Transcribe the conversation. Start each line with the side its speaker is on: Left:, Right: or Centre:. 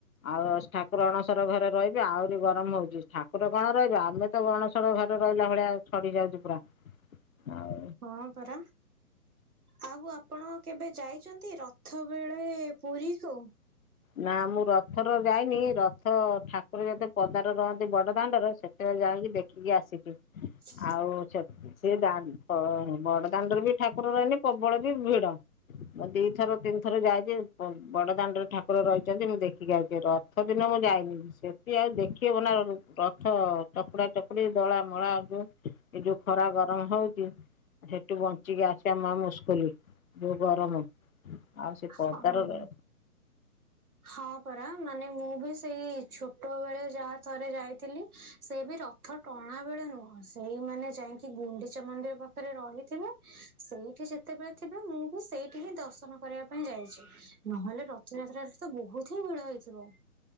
Left: ଆଉ ଠାକୁର ଅଣସର ଘରେ ରହିବେ ଆହୁରି ଗରମ ହୋଉଚି। ଠାକୁର କଣ ରହିବେ ଆମେ ତ ଗଣଶର ଘରେ ରହିଲା ଭଳିଆ ଛଡ଼ି ଯାଉଚୁ ପୁରା। ଆଉ
Right: ହଁ ପରା। ଆଉ ଆପଣ କେବେ ଯାଇଚନ୍ତି ରଥ ବେଳେ ପୁରୀକୁ?
Left: ନା ମୁଁ ରଥର ଯାଇନି ରଥ ଠାକୁର ଯେତେ ପଦାରେ ରହନ୍ତି ବଡ଼ ଦାଣ୍ଡର ସେ ସେତେବେଳେ ଯାଇଙ୍କି ଦେଖିକି ଆସିିଲି।
Right: <unintelligible>
Left: ଆଉ ସେ ସେ ଦା ବଡ଼ଦାଣ୍ଡରେ ବି ଠାକୁର ରହିନେ ପବଳ ବି ଭିଡ଼। ମୁଁ ଦିଥର ତିନି ଥର ଯାଇଚି ବ ବଡ଼ ଦାଣ୍ଡରେ ଠାକୁର ରହିଛନ୍ତି ମୁଁ ଦେଖିକି ଆଇଛି ରଥ ଦିନ ମୁଁ ଯାଇନି ସେଠି ଆଉ ଦେଖି ବନା ରଥ ଚକୁଡ଼ା ଚକୁଡ଼ି ଦଳା ମଳା ହବ ଏ ଯୋଉ ଖରା ଗରମ ହଉଚି ସେଠୁ ବଞ୍ଚିକି ଆସିବା ମହା ମୁସ୍କଲି ଯୋଉ ଗରମ। ଆଉ ସେ
Right: ହଁ
Left: ପଦାରେ ର
Right: ହଁ ପରା ମାନେ ମୁଁ ବି ସେଇ ଛୋଟ ବେଳେ ଯାହା ଥରେ ଯାଇଥିଲି ସେ ବି ର ଥ ଟଣା ବେଳେ ନୁହଁ ସେଇମାନେ ଯାଇଙ୍କି ଗୁଣ୍ଡିଚା ମନ୍ଦିର ପା ପାଖରେ ରହିଥିବେ, ସେଇଠି ଯେତେବେଳେ ଥିବେ ମୁଁ ବି ସେଇଠି ହିଁ ଦର୍ଶନ କରିବା ପାଇଁ ଯାଇଛି, ନହେଲେ ରଥଯାତ୍ରାରେ ତ ବହୁତ ହିଁ ଭିଡ ହେଇଥିବ!